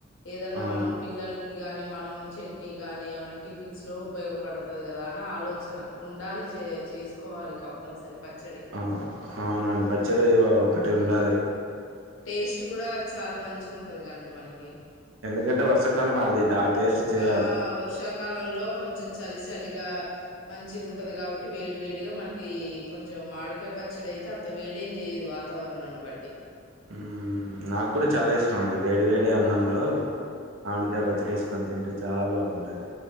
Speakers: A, on the left (about 90°); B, on the right (about 80°).
A: ఏదన్న
B: అవును
A: మనం పిల్లలకి ఇగాని మనం చట్నీ కాని ఏమైనా టిఫిన్స్ లో ఉపయోగపడతది కదా అని ఆలోచన ఉండాలి చే చేసుకోవాలి కంపల్సరీ పచ్చడి
B: ఆ
A: <inaudible>
B: అవునండి పచ్చడి ఒకటి ఉండాలి
A: టేస్ట్ కూడా అది చాలా మంచి గుంటది కా అండి మనకి
B: ఇకంట వర్షకాల ఆది ఆ టేస్ట్ చేయాలి
A: ఆ వర్షాకాలంలో కొంచెం చలి చలిగా మంచిగా ఉంటది కాబట్టి వేడి వేడిగా మనకి కొంచెం మాడుకే పచ్చడి అయితే అంత వేడేం చేయదు వాతావరణాన్ని బట్టి
B: హ్మ్ నాకు కూడా చాలా ఇష్టం అండి వేడివేడి అన్నంలో మామిడికాయ పచ్చడేసుకొని తింటే చాలా బాగుంటది